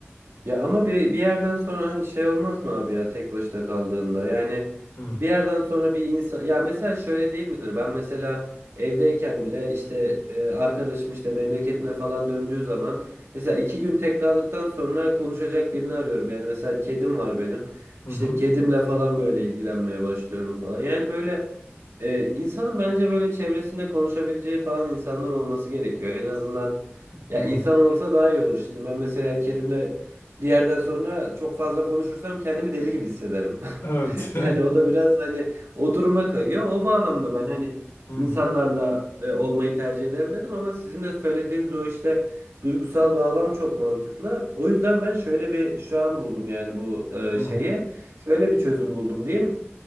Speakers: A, on the right (about 80°); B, on the left (about 90°).
A: Ya ama bir, bir yerden sonra hani şey olmaz mı abi ya tek başına kaldığında? Yani
B: Hı
A: bir yerden sonra bir insan ya mesela şöyle değil midir? Ben mesela evdeyken bile işte e, arkadaşım işte memleketine falan döndüğü zaman mesela iki gün tek kaldıktan sonra konuşacak birini arıyorum. Yani mesela kedim var benim.
B: hı
A: İşte
B: hı.
A: kedimle falan böyle ilgilenmeye başlıyorum falan. Yani böyle e, insanın bence böyle çevresinde konuşabileceği falan insanlar olması gerekiyor. En azından ya
B: hı.
A: insan olursa daha iyi olur. Şimdi ben mesela kedimle bir yerden sonra çok fazla konuşursam kendimi deli gibi hissederim.
B: Evet.
A: <laughs>
B: <laughs>
A: Yani o da biraz hani o duruma kayıyor. O bağlamda ben hani
B: Hı
A: insanlarla e, olmayı tercih ederim dedim ama sizin de söylediğiniz o işte duygusal bağlam çok mantıklı. O yüzden ben şöyle bir şu an buldum yani bu e,
B: hı
A: şeyi. Şöyle bir çözüm buldum diyeyim.